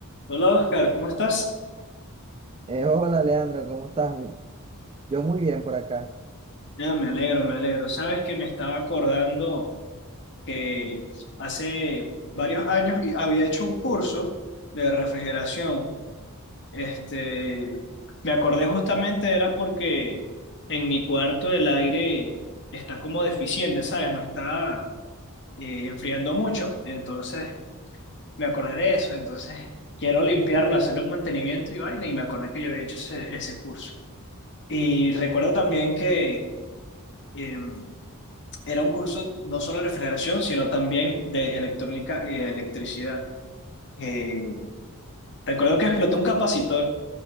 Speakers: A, on the left; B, on the right.
A: Hola Oscar, ¿cómo estás?
B: Eh, hola Leandro, ¿cómo estás? Yo muy bien por acá.
A: Ya, me alegro, me alegro. Sabes que me estaba acordando que hace varios años y- había hecho un curso de refrigeración. Este, me acordé justamente era porque en mi cuarto el aire está como deficiente, ¿sabes? No está eh, enfriando mucho. Entonces me acordé de eso. Entonces quiero limpiarlo, hacerle un mantenimiento y vaina. Y me acordé que yo había hecho ese, ese curso. Y recuerdo
B: Oh.
A: también que... eh, Era un curso no solo de refrigeración, sino también de electrónica y de electricidad. Eh, recuerdo que explotó un capacitor,